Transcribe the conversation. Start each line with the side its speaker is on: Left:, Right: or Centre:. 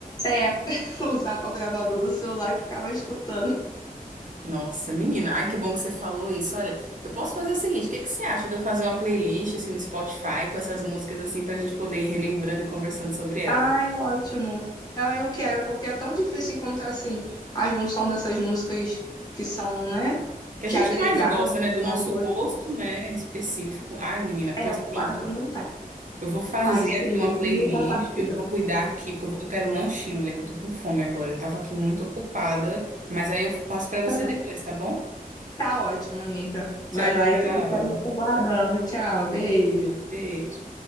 Left: É, <laughs> usava o gravador do celular e ficava escutando.
Right: Nossa, menina, ai que bom que você falou isso. Olha, eu posso fazer o seguinte, o que que você acha de eu fazer uma playlist assim no Spotify com essas músicas assim pra gente poder ir relembrando e conversando sobre elas?
Left: Ai, ótimo. Ah, eu quero, porque é tão difícil encontrar assim a junção dessas músicas que são, né?
Right: Que a
Left: Que
Right: gente
Left: agregaram
Right: mais gosta, né, do
Left: valor.
Right: nosso gosto, né, específico. Ai, menina,
Left: É,
Right: pois
Left: é,
Right: pronto.
Left: quase não tem.
Right: Eu vou fazer
Left: Faz sim,
Right: aqui uma playlist,
Left: e me compartilha.
Right: eu vou cuidar aqui, porque eu vou- eu quero um lanchinho, mulher, que eu tô com fome agora. Eu tava aqui muito ocupada, mas aí eu passo pra você
Left: <laughs>
Right: depois, tá bom?
Left: Tá ótimo, amiga.
Right: Tchau,
Left: Vai lá,
Right: tchau.
Left: eu fico te aguardando. Tchau, beijo.
Right: Beijo.